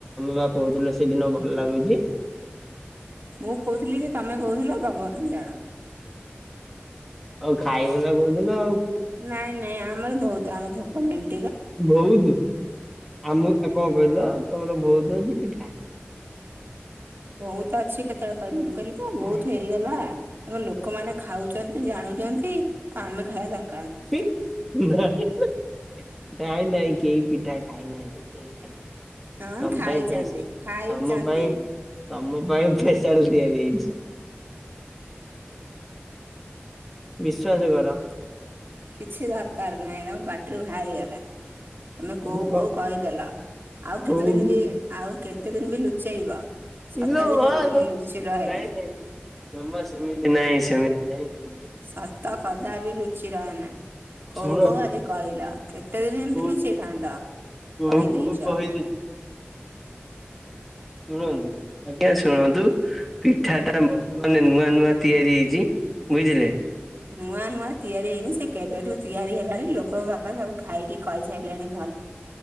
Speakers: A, in the centre; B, on the right.
A: ବା କହୁଥିଲେ ସେଦିନ ଭଲ ଲାଗୁଛି।
B: ମୁଁ କହୁଥିଲି କି ତମେ କହୁଥିଲ ଭଗବାନ ଜାଣନ୍ତି।
A: ଆଉ ଖାଇବ ନା କଉ ଦିନ।
B: ନାଇଁ ନାଇଁ ଆମ୍ ଆମର ବହୁତ ଆମ ଭୋକମେଣ୍ଟ
A: ବହୁତ ଆମଉ କଣ କହିଲ ତମର ବହୁତ ଅଛି ପିଠା।
B: ଭୋଉତ ଅଛି କେତେବେଳେ କହିଲି ମୁଁ। କହିଲି ପା ବହୁତ
A: ଆ
B: ହେଇଗଲା। ତମ ଲୋକମାନେ ଖାଉଛନ୍ତି ଜାଣୁଛନ୍ତି, ଆମେ ଖାଇବା ଦର୍
A: ନାଇଁ ନାଇଁ କେହି ପିଠା ଖାଇନାହାନ୍ତି। ଏଠି କେହି
B: ହଁ
A: ତମ
B: ଖାଇଚନ୍ତି
A: ପାଇଁ ପେସ୍
B: ଖାଇଚନ୍ତି।
A: ତମ ପାଇଁ ତମ ପାଇଁ ପେସାଲ୍ ତିଆରି ହେଇଛି। ବିଶ୍ବାସ କର।
B: କିଛି ଦର୍ କାର ନାଇଁ ତମ ପାଟ୍ରି ଭାରି ଗଲା। ତମେ
A: କର
B: କୋଉ କୋଉ କହିଦେଲ। ଆଉ
A: କୋଉ
B: କେତେ ଦିନ ବି ଆଉ କେତେ ଦିନ ବି ଲୁଚେଇବ। ସତ
A: ଇଲୋ
B: ବି
A: ମା
B: କେବେ ବି
A: ଲୋ
B: ଲୁଚି ରହେନି।
A: ନାଇଁ ନାଇଁ ଜମା ସେମିତି ନାଇଁ ସେମିତି ନାଇଁ ଶୁଣ
B: ସତ କଦା ବିି ଲୁଚି ଚି ରହେନା। କୋଉ
A: ଶୁଣ
B: କୋଉ ଆଜି କହିଲ କେତେ ଦିନ ଏମିତି
A: କୋଉ
B: ଲୁଚେଇଥାନ୍ତ
A: କୋଉ
B: କହିଦେଇଚ।
A: କୋଉ କହିଦେଲି ଶୁଣନ୍ତୁ ଆଜ୍ଞା ଶୁଣନ୍ତୁ, ପିଠା ଟା ବର୍ତ୍ତମାନ ନୂଆ ନୂଆ ତିଆରି ହେଇଛି ବୁଝିଲେ।
B: ନୂଆ ନୂଆ ତିଆରି ହେଇନି। ସେ କେବେଠୁ ତିଆରି ହେଲାଣି। ଲୋକ ବାକ ସବୁ ଖାଇକି କହିସାଇଲେଣି।